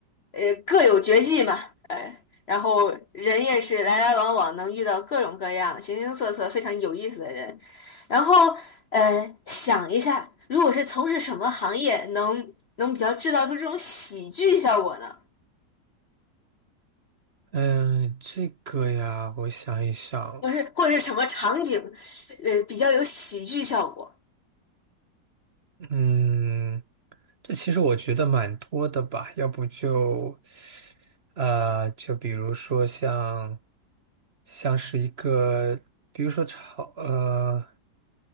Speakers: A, on the left; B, on the right.
A: 呃各有绝技嘛，然后人也是来来往往，能遇到各种各样形形色色非常有意思的人。然后呃想一下，如果是从事什么行业能能比较制造出这种喜剧效果呢？
B: 嗯，这个呀，我想一想，
A: 不是，或者是什么场景，呃，比较有喜剧效果。
B: 嗯。这其实我觉得蛮多的吧，要不就，呃，就比如说像，像是一个，比如说炒，呃，